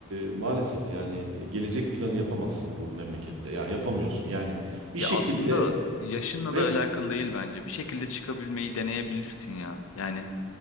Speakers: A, on the right; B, on the left.
A: e, maalesef yani e, gelecek planı yapamazsın bu memlekette. Ya yapamıyorsun. Yani bir
B: Ya
A: şekilde
B: aslında yaşınla
A: hep
B: da alakalı değil bence. Bir şekilde çıkabilmeyi deneyebilirsin ya. Yani